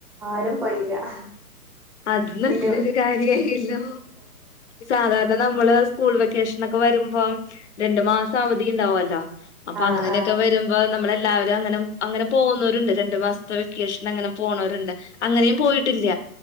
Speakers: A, in the centre; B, on the left (about 50°).
A: ആരും പോയില്ല
B: അത് നല്ലൊരു
A: പിന്നെ
B: കാര്യായില്ലോ സാധാരണ നമ്മള് സ്കൂൾ വെക്കേഷൻ ഒക്കെ വരുമ്പം രണ്ടു മാസം അവധി ഉണ്ടാവല്ലോ അപ്പൊ
A: ആഹ്
B: അങ്ങനെയൊക്കെ
A: ആഹ്
B: വരുമ്പോ നമ്മളെ എല്ലാവരും അങ്ങനെ അങ്ങനെ പോകുന്നവരുണ്ട് രണ്ട് മാസത്തെ വെക്കേഷൻ അങ്ങനെ പോണോരുണ്ട് അങ്ങനെയും പോയിട്ടില്ല